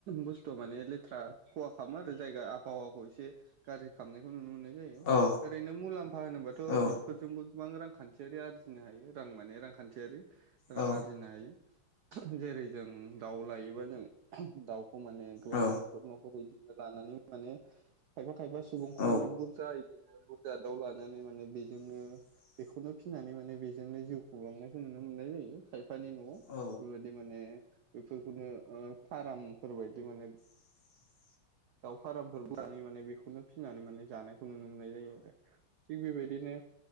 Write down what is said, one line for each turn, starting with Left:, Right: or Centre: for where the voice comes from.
Right: बुस्थुआ माने लेथ्रा खहा खामो आरो जायगा आबहावाखौ एसे गाज्रि खामनाय खौ नुनो मोननाय जायो।
Left: औ
Right: ओरैनो मुलाम्फा होनोबाथ'
Left: औ
Right: बेफोरजोंबो गोबां रांखान्थियारि आरजिनो हायो। रां माने रांखान्थियारि रां
Left: औ
Right: आरजिनो हायो। जेरै जों दाउ लायोबा जों दाउखौ माने गोबां
Left: औ
Right: न'खर न'खर बिदिनो लानानै माने माने खायफा खायफा सुबुंखौ
Left: औ
Right: माने बुरजा बिदिनो बुरजा दाउ लानानै माने बेजोंनो
Left: <inaudible>
Right: बेखौनो फिनानै माने बेजोंनो जिउ खुंलांनाय जों नुनो मोननाय जायो। खायफानि न'आव
Left: औ
Right: बेबायदि माने बेफोरखौनो ओं फार्मफोरबायदि माने
Left: <inaudible>
Right: दाउ फारामफोर माने बेखौनो फिसिनानै माने जानाय नुनो मोननाय जायो आरो। थिग बेबायदिनो